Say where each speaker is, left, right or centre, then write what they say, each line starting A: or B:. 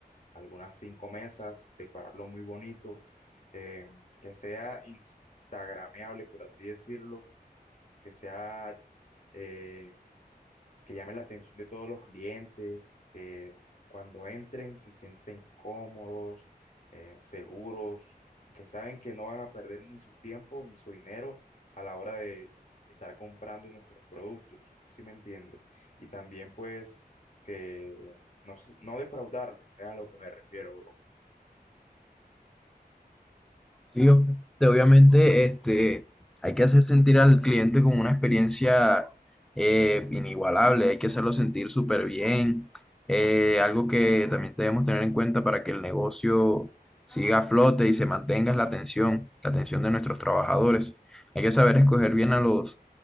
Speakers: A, on the left (about 45°); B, in the centre.
A: algunas cinco mesas, decorarlo muy bonito, em, que sea instagrameable, por así decirlo, que sea... em, que llame la atención de todos los clientes, que cuando entren se sienten cómodos, eh, seguros, que saben que no van a perder ni su tiempo ni su dinero a la hora de estar comprando nuestros productos, ¿sí me entiendes? Y también pues que no, se- no defraudarlo, es a lo que me refiero, bro.
B: Sí, ob- obviamente este, hay que hacer sentir al cliente como una experiencia eh, inigualable, hay que hacerlo sentir súper bien, eh, algo que también debemos tener en cuenta para que el negocio siga a flote y se mantenga es la atención, la atención de nuestros trabajadores. Hay que saber escoger bien a los,